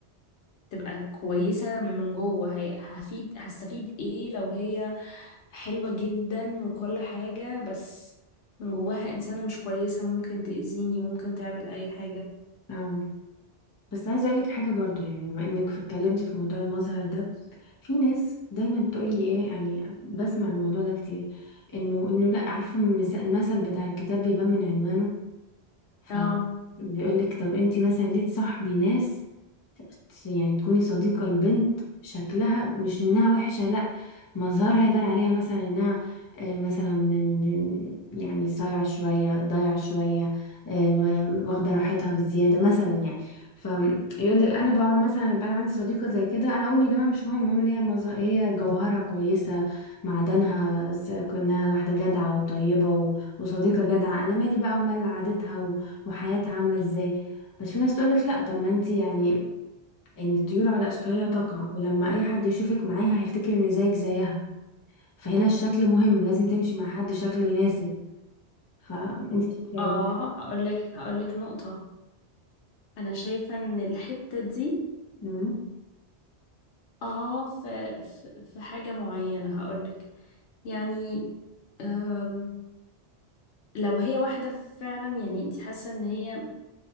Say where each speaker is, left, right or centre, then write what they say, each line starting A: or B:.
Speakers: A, on the left (about 85°); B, on the left (about 30°).
A: تبقى كويسة من جوه هي- هفيد هستفيد ايه لو هي حلوة جدا وكل حاجة بس من جواها إنسانة مش كويسة ممكن تأذيني ممكن تعمل أي حاجة
B: اه بس عايزه اقول لك حاجه برضو يعني بما انك اتكلمتي في موضوع المظهر ده في ناس دايما تقول لي ايه يعني بسمع الموضوع ده كتير انه انه لا عارفه المس- المثل بتاع الكتاب بيبان من عنوانه فبيقولك
A: اه
B: طب انتي مثلا ليه تصاحبي ناس يعني تكوني صديقة البنت شكلها مش انها وحشة لا مظهرها يبان عليها مثلا انها آه، مثلا م- م- يعني صايعة شوية ضايعة شوية آه، م- واخدة راحتها بزيادة مثلا يعني فيقول
A: أيوة.
B: لك انا بقعد مثلا يبقى انا عندي صديقة زي كده انا اقول يا جماعة مش مهم المهم ان هي مظ- هي جوهرها كويسة معدنها س- انها واحدة جدعة وطيبة و- وصديقة جدعة انا مالي بقى ومال عادتها وحياتها عاملة ازاي بس في ناس تقولك لا طب ما انتي يعني ان الطيور على اشكالها تقع ولما اي حد يشوفك معاها هيفتكر ان زيك زيها فهنا الشكل مهم لازم تمشي مع حد شكله يناسب فانتي شايفة
A: اه
B: ايه بقى
A: هقول لك هقول لك نقطة أنا شايفة إن الحتة دي
B: امم
A: اه في في في حاجة معينة هقولك يعني أم، لو هي واحدة فعلا يعني انت حاسة ان هي